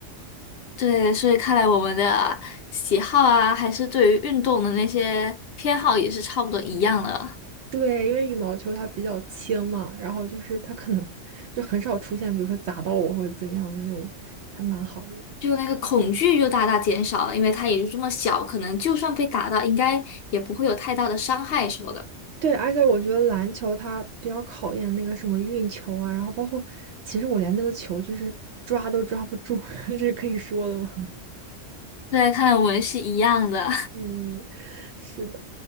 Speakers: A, on the left (about 60°); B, on the right (about 65°).
A: 对，所以看来我们的喜好啊，还是对于运动的那些偏好也是差不多一样的，
B: 对，因为羽毛球它比较轻嘛，然后就是它可能就很少出现，比如说砸到我或者怎样的那种，还蛮好的。
A: 就那个恐惧就大大减少了，因为它也就这么小，可能就算被打到，应该也不会有太大的伤害什么的。
B: 对，而且我觉得篮球它比较考验那个什么运球啊，然后包括其实我连那个球就是抓都抓不住，<laughs> 这是可以说的吗？
A: 对，看来我们是一样的。
B: <laughs> 嗯，是的。